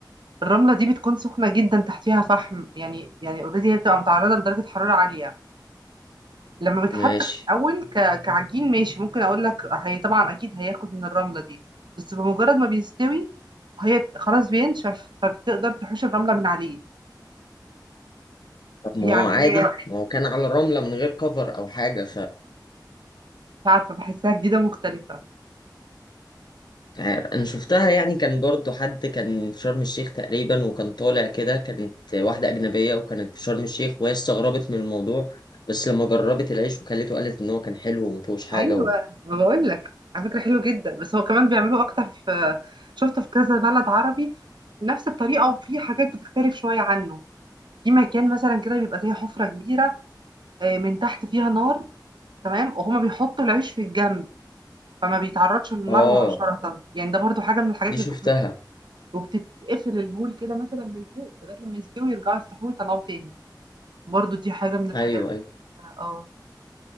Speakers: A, on the right (about 75°); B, on the left (about 65°).
A: الرمله دي بتكون سخنه جدا تحتيها فحم يعني يعني اوريدي هي بتبقى متعرضه لدرجه حراره عاليه لما بيتحط
B: ماشي
A: في الاول ك... كعجين ماشي ممكن اقول لك هي طبعا اكيد هياخد من الرمله دي بس بمجرد ما بيستوي هي بت- خلاص بينشف فبتقدر تحوش الرمله من عليه
B: طب ما
A: يعني
B: هو عادي
A: هي
B: ما هو كان على الرملة من غير كفر أو حاجة
A: مش عارفه بحسها جديده مختلفه
B: مش عارف انا شفتها يعني كان برضو حد كان في شرم الشيخ تقريبا وكان طالع كده كانت واحدة أجنبية وكانت في شرم الشيخ وهي استغربت من الموضوع بس لما جربت العيش وكلته قالت إن هو كان حلو ومفيهوش حاجة
A: ايوه
B: و...
A: ما بقول لك على فكره حلو جدا بس هو كمان بيعملوه اكتر في شفته في كذا بلد عربي نفس الطريقه وفي حاجات بتختلف شويه عنه في مكان مثلا كده بيبقى زي حفره كبيره آه، من تحت فيها نار تمام وهما بيحطوا العيش في الجنب فما بيتعرضش للنار
B: آه
A: اه مباشرة يعني ده برضو حاجة من الحاجات
B: دي شفتها
A: اللي بتبقى- وبتتقفل الهول كده مثلا من فوق لغاية لما يستوي يرجعوا يفتحوه ويطلعوه تاني برضو دي حاجة من الحاجات
B: أيوه أيوه.
A: اه